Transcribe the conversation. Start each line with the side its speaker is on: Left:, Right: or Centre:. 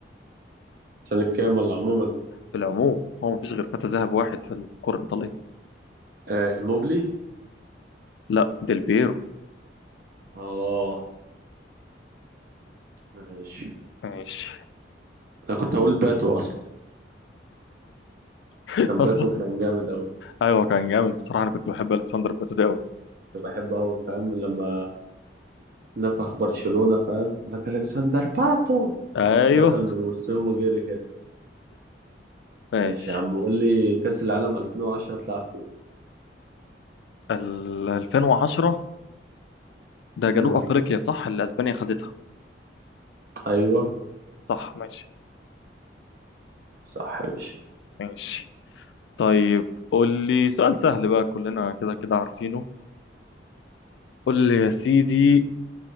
Right: سنة كام ولا عموما
Left: في العموم هو مفيش غير فتى ذهبي واحد في الكرة الإيطالية
Right: آه موبلي
Left: لا ديل بيرو
Right: اه ماشي
Left: ماشي
Right: انا كنت هقول باتو اصلا
Left: <laughs>
Right: كان
Left: أصلا
Right: باتو كان جامد قوي
Left: أيوه كان جامد بصراحة أنا كنت بحب ألكسندر باتو أوي
Right: انا بحبه قوي فاهم لما نفخ برشلونة فاهم لك الكسندر باتو
Left: أيوه
Right: قام دخل من وسطهم وجري كده
Left: ماشي
Right: ماشي يا عم قول لي كأس العالم 2010 تلعب فين
Left: ال 2010 ده جنوب
Right: امم
Left: أفريقيا صح اللي أسبانيا خدتها
Right: ايوه
Left: صح ماشي
Right: صح يا باشا
Left: ماشي طيب قول لي سؤال سهل بقى كلنا كده كده عارفينه قول لي يا سيدي